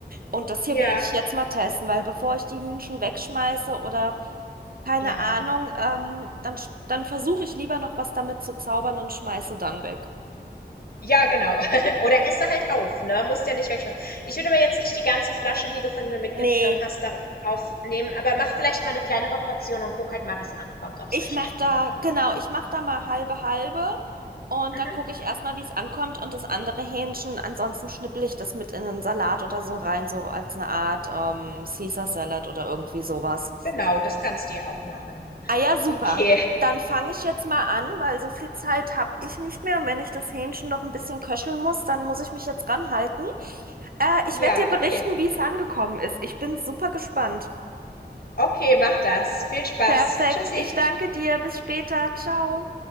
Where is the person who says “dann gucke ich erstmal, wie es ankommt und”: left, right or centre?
Right